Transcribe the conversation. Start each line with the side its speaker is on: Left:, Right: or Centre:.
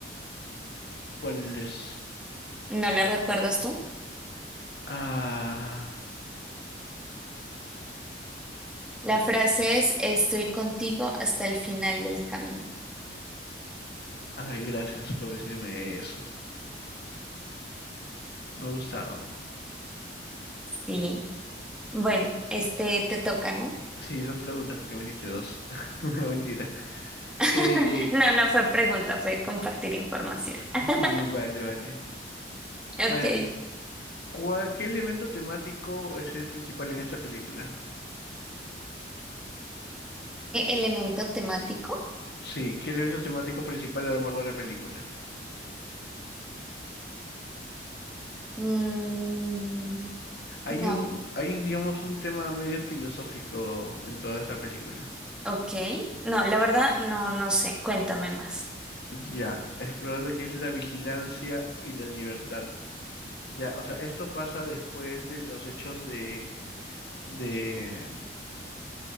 Left: ¿Cuál es?
Centre: ¿No la recuerdas tú?
Left: Ah.
Centre: La frase es, estoy contigo hasta el final del camino.
Left: Ay, gracias por decirme eso. Me ha gustado.
Centre: Sí. Bueno, este te toca, ¿no?
Left: Sí, dos preguntas porque me hiciste dos. <laughs> Mentira. Eh,
Centre: <laughs> No, no fue pregunta, fue compartir información. <laughs>
Left: <laughs> vale, vale.
Centre: Ok.
Left: A ver,
Centre: ¿E-
Left: ¿cuál- ¿qué elemento temático es el principal en esta película?
Centre: ¿Elemento temático?
Left: Sí, ¿qué elemento temático principal aborda la película?
Centre: Mm,
Left: Hay
Centre: no.
Left: un, hay, digamos, un tema medio filosófico en toda esta película.
Centre: Ok. No, la verdad, no, no sé. Cuéntame más.
Left: Ya, explorar lo que es la vigilancia y la libertad. Ya, o sea, esto pasa después de los hechos de, de,